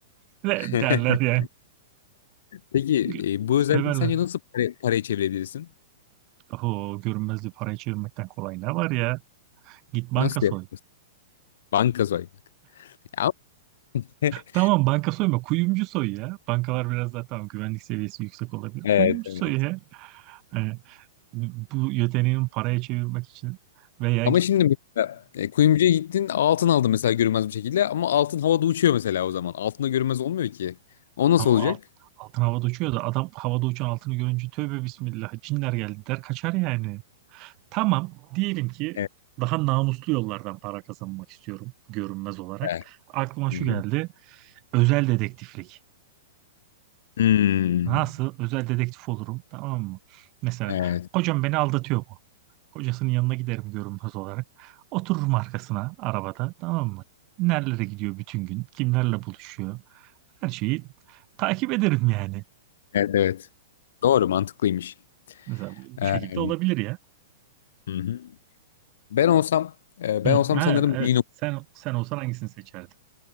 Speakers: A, on the right; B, on the left.
A: Mesela
B: <laughs>
A: derler ya.
B: Peki
A: Gü-
B: e, bu
A: Severler.
B: özelliği sence nasıl para, paraya çevirebilirsin?
A: Oho görünmezliği parayı çevirmekten kolay ne var ya? Git banka
B: Nasıl
A: soy.
B: yaparsın? Banka soymak. Ya- <laughs>
A: Tamam banka soyma kuyumcu soy ya. Bankalar biraz daha tamam güvenlik seviyesi yüksek olabilir.
B: Evet,
A: Kuyumcu
B: evet.
A: soy ya. Yani bu yeteneğin paraya çevirmek için veya
B: Ama
A: git
B: şimdi mesela e, kuyumcuya gittin altın aldın mesela görünmez bir şekilde ama altın havada uçuyor mesela o zaman. Altında görünmez olmuyor ki. O nasıl
A: Tam
B: olacak?
A: alt, altın havada uçuyor da adam havada uçan altını görünce tövbe bismillah cinler geldi der kaçar yani. Tamam diyelim ki
B: Evet.
A: daha namuslu yollardan para kazanmak istiyorum görünmez olarak.
B: Evet.
A: Aklıma şu
B: Hı hı.
A: geldi özel dedektiflik.
B: Hmm.
A: Nasıl özel dedektif olurum tamam mı? Mesela
B: Evet.
A: kocam beni aldatıyor mu? Kocasının yanına giderim görünmez olarak. Otururum arkasına arabada tamam mı? Nerelere gidiyor bütün gün? Kimlerle buluşuyor? Her şeyi takip ederim yani.
B: Evet evet. Doğru mantıklıymış.
A: Mesela bu bu
B: Ee,
A: şekilde olabilir ya.
B: hı hı. Ben olsam e,
A: Hı,
B: ben olsam
A: ha,
B: sanırım
A: evet.
B: yine
A: Sen sen olsan hangisini seçerdin?